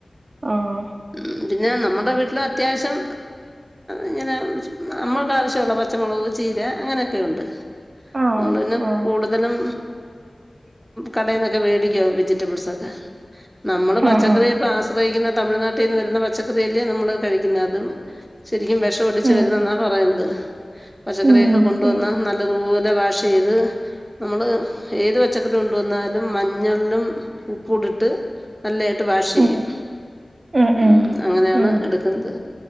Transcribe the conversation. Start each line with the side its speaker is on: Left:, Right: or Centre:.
Right: ആഹ്
Centre: ഉം പിന്നെ നമ്മടെ വീട്ടില് അത്യാവശ്യം ഇങ്ങനെ നമ്മൾക്കാവശ്യള്ള പച്ചമുളക് ചീര അങ്ങനെയൊക്കെയുണ്ട്
Right: ആഹ്
Centre: നമ്മള് പിന്നെ
Right: ആഹ്
Centre: കൂടുത തലും കടേന്നൊക്കെ മേടിക്കാ വെജിറ്റബിൾസൊക്കെ നമ്മള് പച്ചക്കറി
Right: ആഹ് ആഹ്
Centre: ഇപ്പൊ ആസ് യിക്കുന്ന തമിഴ്നാട്ടീന്ന് വരുന്ന പച്ചക്കറിയല്ലേ നമ്മള് കഴിക്കുന്നത് അതും ശരിക്കും വിഷം അടിച്ച്
Right: ഉം
Centre: വരുന്നന്നാ പറയ്ണ്ട്. പച്ചക്കറിയൊക്കെ
Right: ഉം
Centre: കൊണ്ട്
Right: ഉം
Centre: വന്ന നല്ലതുപോലെ വാഷ് ചെയ്ത് നമ്മള് ഏത് പച്ചക്കറി കൊണ്ട് വന്നാലും മഞ്ഞളിലും ഉപ്പ് ട്ട് നല്ലായിട്ട് വാഷ് ചെയ്യും,
Right: ഉം ഉം ഉം
Centre: മ് അങ്ങനെയാണ്
Right: ഉം
Centre: എടുക്കുന്നത്.